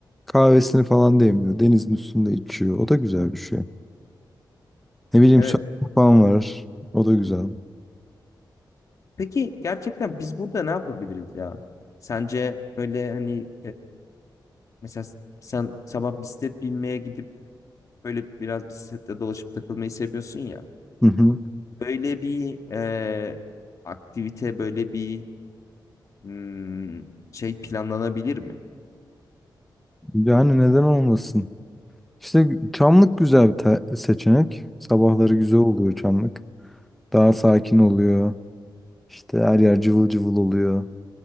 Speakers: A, in the centre; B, on the left.
A: Kahvesini falan demliyor. Denizin üstünde içiyor. O da güzel bir şey. Ne bileyim
B: Evet.
A: surf falan var. O da güzel.
B: Peki gerçekten biz burada ne yapabiliriz ya? Sence böyle hani Mesela s- sen sabah bisiklet binmeye gidip böyle biraz bisikletle dolaşıp takılmayı seviyorsun ya.
A: Hı hı.
B: Böyle bir e, aktivite, böyle bir hmm, şey planlanabilir mi?
A: Yani neden olmasın? İşte Çamlık güzel bir te- seçenek. Sabahları güzel oluyor Çamlık. Daha sakin oluyor. İşte her yer cıvıl cıvıl oluyor.